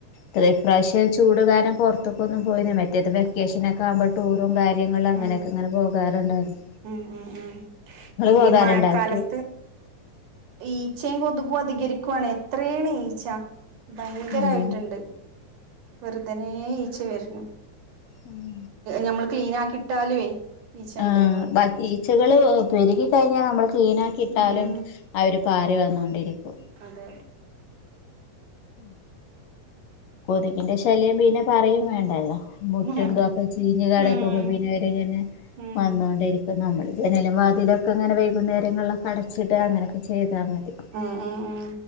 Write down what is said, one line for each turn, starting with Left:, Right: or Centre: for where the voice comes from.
Left: ത് ഇപ്രാശ്യം ചൂട് കാരം പാെർ ത്ത്ക്കാെന്നും പോയി <unintelligible> മറ്റെത് വെക്കേഷനക്കെ ആക്മ്പ ടൂറും കാര്യങ്ങളും അങ്ങനെക്കെങ്ങനെ
Right: ഉം
Left: പോകാറ്ണ്ടായ്ര്ന്നു
Right: ഉം ഉം ഉം ഈ
Left: പോകാറുണ്ടായിരുന്നു
Right: മഴക്കാലത്ത് ഈച്ചയും കൊത്ക്കും പ്രതികരിക്കുവാണ് എത്രണ് ഈച്ച ഭയങ്കരായിട്ടുണ്ട്
Left: ഉം
Right: വെറുതനെ ഈച്ച വരുന്നു
Left: ഉം
Right: ഞമ്മള് ക്ലീൻ ആക്കിട്ടാലുവേ ഈച്ചണ്ട്ന്ന്
Left: ആ
Right: പറയും
Left: ബാക്കി ഈച്ചകള് പെരുകി കഴിഞ്ഞാ നമ്മള് ക്ലീനാക്കിയിട്ടാലും
Right: ഉം
Left: അവര് പാറി വന്നോണ്ടിരിക്കും
Right: അതെ
Left: ഉം കൊതുകിന്റെ ശല്യം പിന്നെ പറയും വേണ്ട എല്ലോ മുറ്റന്തൊക്കെ
Right: ഉണ്ട്
Left: ചീഞ്ഞ് കിടക്കുമ്പോ
Right: ഉം
Left: പിന്നെ അവരിങ്ങനെ
Right: ഉം
Left: വന്നൊണ്ടിരിക്കും നമ്മൾ ജനൽ വാതിലൊക്കെ ങ്ങനെ വൈകുന്നേരങ്ങൾലൊക്കെ അടച്ചിട ങ്ങനെക്കെ ചെയ് ട്ടാ മതി
Right: ഉം ഉം ഉം